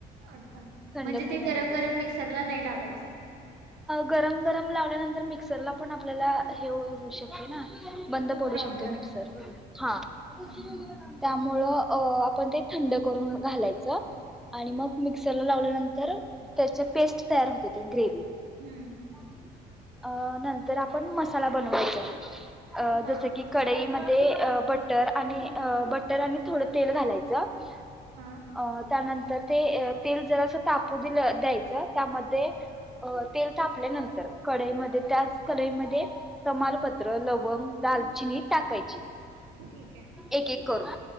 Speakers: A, on the right; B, in the centre.
A: अच्छा
B: थंड
A: म्हणजे
B: झाल्यानंतर
A: ते गरम गरम मिक्सरला नाही लावायचं.
B: गरम गरम लावल्यानंतर मिक्सरला पण आपल्याला हे होऊ शकतो हो ना बंद पडू
A: प्रॉब्लेम
B: शकतो मिक्सर हा त्यामूळे
A: हम्म हम्म
B: त्यामुळ आपण ते थंड करून घालायचं आणि मग मिक्सरला लावल्यानंतर त्याच्या पेस्ट तयार होते ती ग्रेव्ही हो
A: हम्म
B: अ नंतर आपण मसाला बनवायचा. <unintelligible> अ
A: हा
B: जसं की कडई मध्ये बटर आणि बटर आणि थोडं तेल घालायचं
A: हा
B: अ त्यानंतर ते तेल जरास तापू दिल द्यायचं त्यामध्ये तेल तापल्यानंतर कडईमध्ये त्याच कडईमध्ये तमालपत्र लवंग दालचिनी टाकायची.
A: ठीक आहे
B: एक एक करून